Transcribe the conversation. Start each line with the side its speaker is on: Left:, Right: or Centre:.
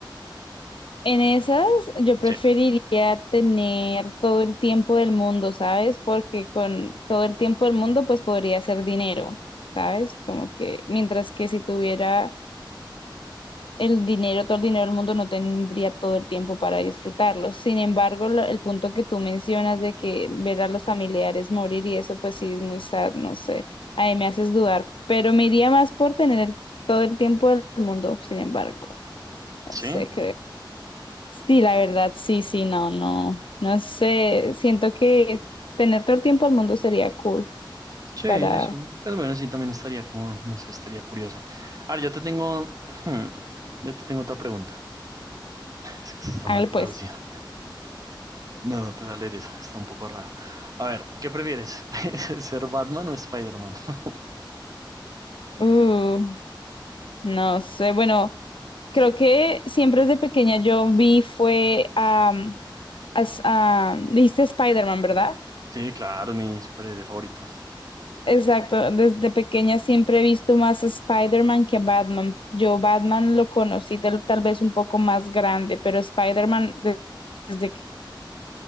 Left: En esas, yo preferiría
Right: Sí,
Left: tener todo el tiempo del mundo, ¿sabes? Porque con todo el tiempo del mundo, pues podría hacer dinero, ¿sabes? Como que, mientras que si tuviera el dinero, todo el dinero del mundo no tendría todo el tiempo para disfrutarlo. Sin embargo, la- el punto que tú mencionas de que ver a los familiares morir y eso, pues sí es muy sad, no sé. Ahí me haces dudar, pero me iría más por tener el- todo el tiempo del mundo, sin embargo, no
Right: sí,
Left: sé, creo. Sí, la verdad, sí, sí, no, no, no sé. Siento que tener todo el tiempo del mundo sería cool
Right: sí,
Left: para,
Right: sí, sí. Pues bueno, sí, también estaría como, no sé, estaría curioso. Ahora, yo te tengo, hmm, yo te tengo otra pregunta. Es que está
Left: hágale
Right: mal traducida.
Left: pues.
Right: No, no te da leer esa, está un poco rara. A ver, ¿qué prefieres? <laughs> ¿Ser Batman o Spider-Man? <laughs>
Left: Uh, no sé, bueno. Creo que siempre desde pequeña yo vi fue am, as- am, dijiste Spider-Man, ¿verdad?
Right: Sí, claro, es mi superhéroe favorito.
Left: Exacto, desde pequeña siempre he visto más a Spider-Man que a Batman. Yo Batman lo conocí tal, tal vez un poco más grande, pero Spider-Man de- desde que